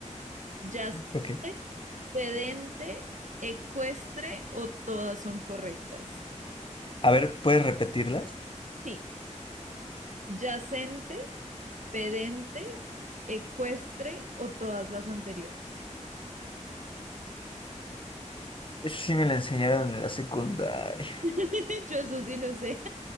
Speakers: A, on the right (about 75°); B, on the left (about 40°).
A: ¿Yacente,
B: ok.
A: sedente, ecuestre o todas son correctas?
B: A ver, ¿puedes repetirlas?
A: Sí, yacente, pedente, ecuestre o todas las anteriores.
B: Eso sí me la enseñaron en la secundaria.
A: <laughs> Yo eso sí no sé.